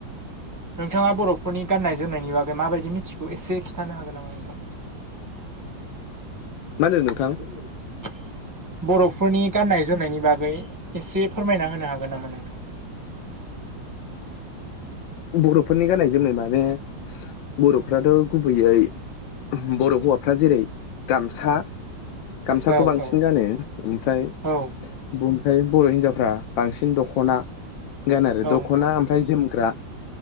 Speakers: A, on the right; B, on the left.
A: नोंथाङा बर'फोरनि गाननाय जोमनायनि बागै माबायदि मिथिगौ एसे खिथानो हागोन नामा नोंथां।
B: मा होनदों नोंथां?
A: <unintelligible> बर'फोरनि गाननाय जोमनायनि बागै एसे फोरमायना होनो हागोन नामा नोंथां।
B: बर'फोरनि गाननाय जोमनाय माने बरफ्राथ गुबैयै बर' हौवाफ्रा जेरै गामसा, गामसाखौ
A: औ
B: बांसिन
A: औ
B: गानो ओमफ्राय
A: औ
B: ओमफ्राय बर' हिनजावफ्रा बांसिन दख'ना गानो आरो
A: औ
B: दख'ना
A: नोंथां औ
B: ओमफ्राय जोमग्रा।